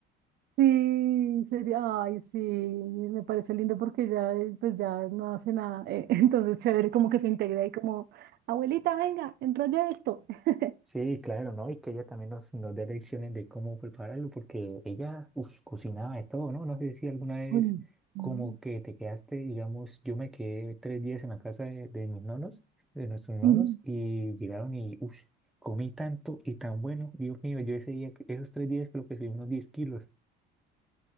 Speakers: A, on the right; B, in the centre.
A: Sí, sería, ay, sí, me parece lindo porque ya, eh, pues ya no hace nada. eh, <laughs> entonces, chévere, como que se integra y como, abuelita, venga, enrolla esto. <laughs>
B: Sí, claro, ¿no? Y que ella también nos, nos dé lecciones de cómo prepararlo, porque ella, ush, cocinaba de todo, ¿no? No sé si alguna vez
A: Uy,
B: como
A: mm,
B: que te quedaste, digamos, yo me quedé tres días en la casa de, de mis nonos, de nuestros nonos,
A: ujú.
B: y llegaron y, uff, comí tanto y tan bueno, Dios mío, yo ese día, esos tres días creo que subí unos 10 kilos.